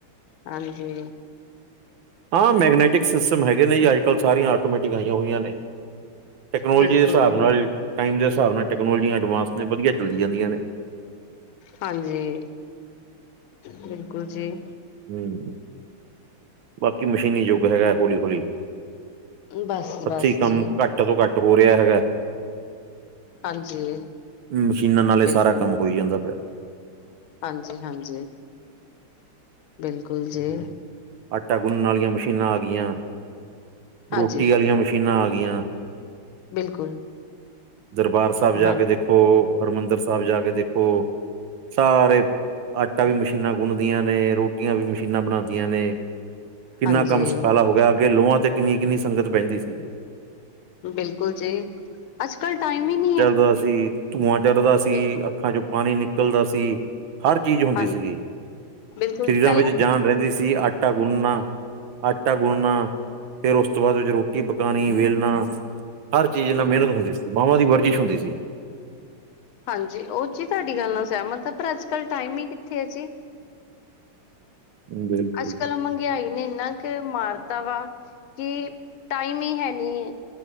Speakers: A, on the left; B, on the right.
A: ਹਾਂਜੀ
B: ਹਾ ਮੈਗਨੇਟਿਕ ਸਿਸਟਮ ਹੈਗੇ ਨੇ ਜੀ ਅੱਜ ਕੱਲ੍ਹ ਸਾਰੀਆਂ ਆਟੋਮੇਟਿਕ ਲਾਈਆ ਹੋਈਆਂ ਨੇ ਟੈਕਨੋਲੋਜੀ
A: ਬਿਲਕੁਲ
B: ਦੇ ਹਿਸਾਬ ਨਾਲ
A: ਜੀ
B: ਟਾਈਮ ਦੇ ਹਿਸਾਬ ਨਾਲ ਟੈਕਨੋਲਜੀਆ ਐਡਵਾਂਸ ਨੇ ਵਧੀਆ ਚੱਲੀ ਜਾਂਦੀਆਂ ਨੇ।
A: ਹਾਂਜੀ ਬਿਲਕੁਲ ਜੀ।
B: ਹਮ ਬਾਕੀ ਮਸ਼ੀਨੀ ਯੁੱਗ ਹੈਗਾ। ਹੌਲੀ- ਹੌਲੀ
A: ਬਸ,
B: ਇੱਥੇ
A: ਬਸ
B: ਕੰਮ
A: ਜੀ
B: ਘੱਟ ਤੋਂ ਘੱਟ ਹੋ ਰਿਹਾ ਹੈਗਾ।
A: ਹਾਂਜੀ
B: ਮਸ਼ੀਨਾਂ ਨਾਲ ਇਹ
A: ਬਿਲਕੁਲ
B: ਸਾਰਾ ਕੰਮ ਹੋਈ ਜਾਂਦਾ ਪਿਆ।
A: ਹਾਂਜੀ- ਹਾਂਜੀ। ਬਿਲਕੁਲ ਜੀ।
B: ਆਟਾ ਗੁੰਨਨ ਵਾਲੀਆਂ ਮਸ਼ੀਨਾਂ ਆ ਗਈਆਂ,
A: ਹਾਂਜੀ
B: ਰੋਟੀ ਆਲੀਆਂ ਮਸ਼ੀਨਾਂ ਆ ਗਈਆਂ।
A: ਬਿਲਕੁਲ।
B: ਦਰਬਾਰ ਸਾਹਿਬ ਜਾ
A: ਹਾਂ
B: ਕੇ ਦੇਖੋ, ਹਰਿਮੰਦਰ ਸਾਹਿਬ ਜਾ ਕੇ ਦੇਖੋ। ਸਾਰੇ ਆਟਾ ਵੀ ਮਸ਼ੀਨਾਂ ਗੁੰਨਦੀਆਂ ਨੇ, ਰੋਟੀਆਂ ਵੀ ਮਸ਼ੀਨਾਂ ਬਣਾਉਂਦੀਆਂ ਨੇ। ਕਿੰਨਾ
A: ਹਾਂਜੀ
B: ਕੰਮ ਸਖਾਲਾ ਹੋ ਗਿਆ। ਅੱਗੇ ਲੋਹਾਂ ਤੇ ਕਿੰਨੀ ਕਿੰਨੀ ਸੰਗਤ ਬਹਿੰਦੀ ਸੀ।
A: ਬਿਲਕੁਲ ਜੀ ਅੱਜ ਕੱਲ ਟਾਈਮ ਹੀ ਨਹੀਂ ਹੈ।
B: ਤਾਂ ਅਸੀਂ। ਧੂਆਂ ਚੜਦਾ ਸੀ,
A: ਬਿਲਕੁਲ
B: ਅੱਖਾਂ ਚ ਨਿਕਲਦਾ ਸੀ। ਹਰ ਚੀਜ਼ ਹੁੰਦੀ
A: ਹਾਂਜੀ
B: ਸੀਗੀ।
A: ਬਿਲਕੁਲ
B: ਸਰੀਰਾਂ
A: ਪਹਿਲਾਂ
B: ਵਿੱਚ ਜਾਨ ਰਹਿੰਦੀ ਸੀ। ਆਟਾ ਗੁੰਨਣਾ, ਆਟਾ ਗੁੰਨਣਾ ਫ਼ਿਰ ਉਸ ਤੋਂ ਬਾਅਦ ਵਿੱਚ ਰੋਟੀ ਪਕਾਣੀ ਵੇਲਣਾ ਹਰ ਚੀਜ਼ ਇਨਾ ਮਿਹਨਤ ਹੁੰਦੀ ਸੀ। ਬਾਵਾਂ ਦੀ ਵਰਜਿਸ਼ ਹੁੰਦੀ ਸੀ।
A: ਹਾਂਜੀ ਉਹ ਜੀ ਤੁਹਾਡੀ ਗੱਲ ਨਾਲ ਸਹਿਮਤ ਆ ਪਰ ਅੱਜ ਕੱਲ੍ਹ ਟਾਈਮ ਹੀ ਕਿੱਥੇ ਹੈ ਜੀ।
B: ਬਿਲਕੁਲ
A: ਅੱਜ
B: ਜੀ
A: ਕੱਲ ਮੰ ਮੰਗਿਆਈ ਨੇ ਇੰਨਾ ਕੁ ਮਾਰਤਾ ਵਾ ਕਿ ਟਾਈਮ ਹੀ ਹੈ ਨੀ।